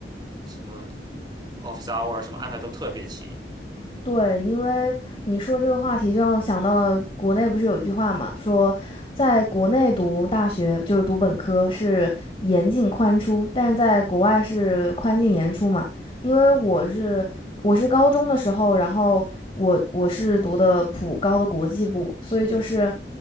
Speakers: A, on the right; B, on the left.
A: 什么 office hour 什么安排都特别勤。
B: 对，因为你说这个话题，就让我想到了国内不是有句话嘛，说在国内读大学就是读本科是严进宽出，但是在国外是宽进严出嘛。因为我是我是高中的时候，然后我我是读的普高的国际部，所以就是
A: 嗯。